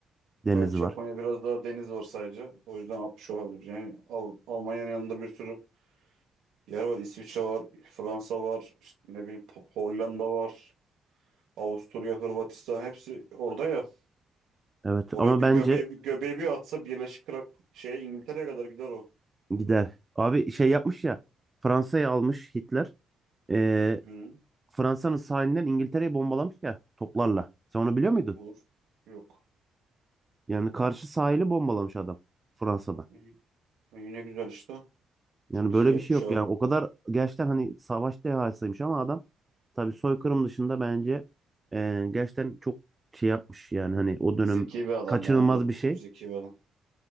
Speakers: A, on the right; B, on the right.
A: denizi
B: Evet Japonya
A: var.
B: biraz daha deniz var sadece. O yüzden 60 olabilir. Yani Al- Almanya'nın yanında bir sürü yer var. İsviçre var, Fransa var, işte ne bileyim Po- Hollanda var, Avusturya, Hırvatistan hepsi orada ya.
A: Evet
B: Oraya
A: ama
B: bir
A: bence
B: göbeği bir göbeği bir atsa Birleşik Kral şeye İngiltere'ye kadar gider o.
A: Gider. Abi şey yapmış ya. Fransa'yı almış Hitler. Ee,
B: Hı,
A: Fransa'nın sahilinden İngiltere'yi bombalamış ya toplarla. Sen onu biliyor muydun?
B: olur. Yok.
A: Yani karşı sahili bombalamış adam Fransa'da.
B: İyi. İyi, ne güzel işte.
A: Yani
B: Çok
A: böyle
B: iyi yapmış
A: bir şey yok.
B: abi.
A: Yani o kadar gerçekten hani savaş dehasıymış ama adam tabii soykırım dışında bence ee, gerçekten çok şey yapmış. Yani hani o dönem
B: Zeki bir adam
A: kaçınılmaz
B: ya. Yok
A: bir şey.
B: çok zeki bir adam.